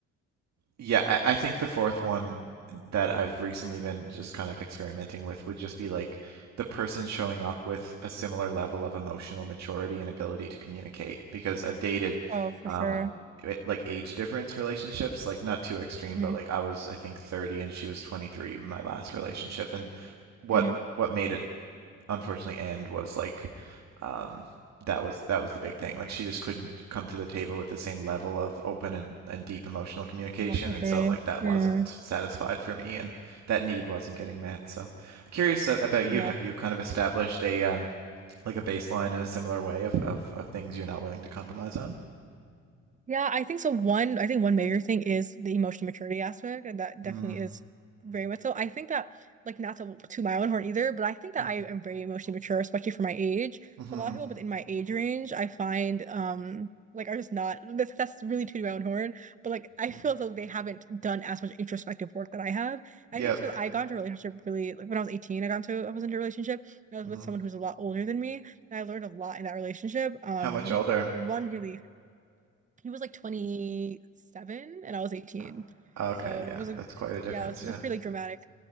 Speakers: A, on the right (about 65°); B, on the right (about 25°).
A: yeah, I, I think the fourth one that I've recently been just kind of experimenting with would just be like the person showing up with a similar level of emotional maturity and ability to communicate because I've dated
B: Oh, for
A: um,
B: sure.
A: i- like age difference relationships, like not too extreme,
B: Mm-hmm.
A: but like I was I think 30 and she was 23 in my last relationship and what
B: Mm-hmm.
A: what made it unfortunately end was like um that was that was the big thing. Like she just couldn't come to the table with the same level of open and, and deep emotional communication.
B: Emotional maturity.
A: And so like that wasn't
B: Mm,
A: satisfied for me and that need wasn't getting met. So I'm curious a- about you.
B: yeah.
A: Have you kind of established a um like a baseline in a similar way of of, of things you're not willing to compromise on?
B: Yeah, I think so. One, I think one major thing is the emotional maturity aspect, and that definitely
A: Mm,
B: is very much so. I think that, like, not to to my own horn either, but I think that
A: mm,
B: I am very emotionally mature, especially for my age.
A: mhm,
B: So a lot of people within my age range, I find, um, like, are just not. That's that's really to my own horn, but like, I
A: mm,
B: feel as though they haven't done as much introspective work that I have.
A: yep.
B: I think it's because I got into a relationship really like when I was 18. I got into I was into a relationship. and I was
A: mhm.
B: with someone who's a lot older than me, and I learned a lot in that relationship. Um,
A: How much older?
B: one really he was like 27 and I was 18.
A: Uh, Okay,
B: So
A: yeah.
B: it was like,
A: That's quite a difference,
B: yeah, it was, it
A: yeah.
B: was pretty like dramatic.